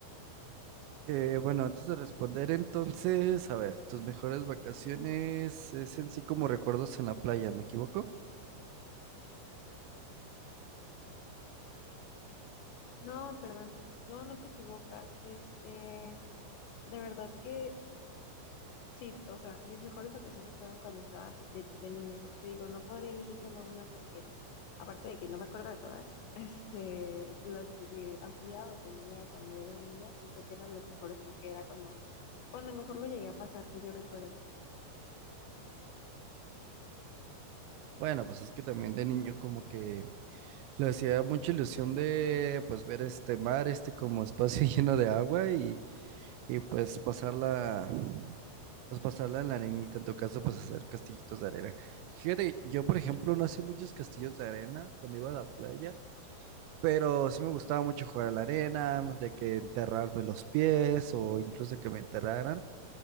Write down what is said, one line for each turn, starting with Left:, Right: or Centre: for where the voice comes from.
Right: Eh, bueno, antes de responder, entonces, a ver, tus mejores vacaciones es en sí como recuerdos en la playa, ¿me equivoco?
Left: No, perdón, no, no te equivocas. Este, de verdad que Sí, o sea, mis mejores vacaciones fueron cuando estaba así de, de niña, porque te digo, no podría elegir solo una porque, aparte de que no me acuerdo de todas, <laughs> este, las que hacía o tenía cuando era niña, siento que eran las mejores porque era cuando, cuando mejor lo llegué a pasar que yo recuerdo.
Right: Bueno, pues es que también de niño como que le hacía mucha ilusión de pues ver este mar, este como espacio <laughs> lleno de agua y, y pues pasarla, pues pasarla en la arenita, en tu caso pues hacer castillitos de arena. Fíjate, yo por ejemplo no hacía muchos castillos de arena cuando iba a la playa. Pero sí me gustaba mucho jugar a la arena, de que enterrarme los pies o incluso que me enterraran.